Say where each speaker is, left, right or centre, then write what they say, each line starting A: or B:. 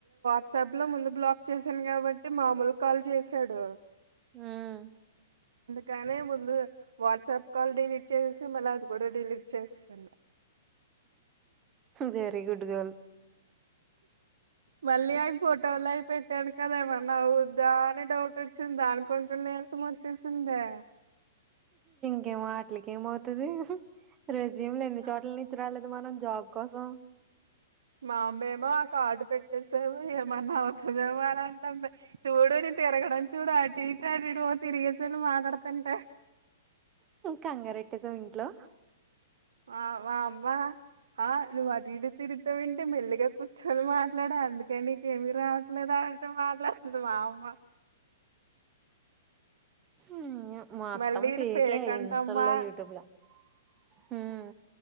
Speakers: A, on the right; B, on the right.
A: ట్సబ్ లో ముందు బ్లాక్ చేసాను కాబట్టి మామూలు కాల్ చేశాడు.
B: ఉహ్
A: కాని ముందు వాట్సాప్ కాల్ డిలీట్ చేసేసి మళ్ళ అది కూడా డిలీట్ చేసేసింది.
B: వెరీ గుడ్ గర్ల్
A: మళ్ళీ అవి ఫోటోలవి పెట్ పెట్టాను కద ఏమన్నా అవ్వుద్దా అని డౌట్ వచ్చింది. దానికి కొంచెం నీరసం వచ్చేసిందే.
B: ఏం వాట్లకి ఏమవ్తది రెజీమ్లు ఎన్ని చోట్ల
A: ఆ
B: నుంచి రాలేదు మనం జాబ్ కోసం
A: మా అమ్మేమో ఆ కాడు పెట్టేసావు ఏమన్నా అవ్తదేమో అని అంటంది చూడు నేన్ తిరగడం చూడు అటు అటు అట్ ఇట్ తిరిగేసాను మాట్లాడ్తంటే
B: కంగారెటెసావా ఇంట్లో
A: ఆ వా అమ్మ ఆ నువ్వు అటు ఇటు తిరుగుతావెంటి మెల్లిగా కూర్చొని మాట్లాడ అందుకని నీకేమి రావట్లేదా అంటు మాట్లాడుతుంది మా అమ్మ
B: హ్మ్ మొత్తం
A: మళ్ళీ ఇది
B: ఫేక్ యే
A: అంటమ్మా
B: ఇన్స్టాలో యూట్యూబ్ లో హ్మ్